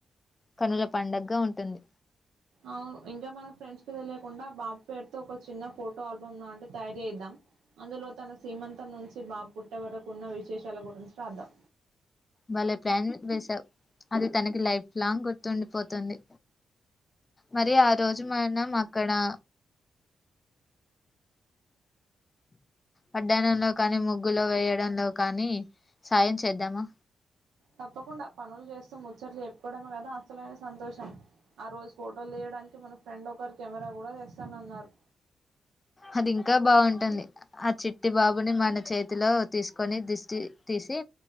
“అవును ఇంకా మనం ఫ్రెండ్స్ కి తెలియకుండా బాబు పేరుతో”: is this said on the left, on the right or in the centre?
Right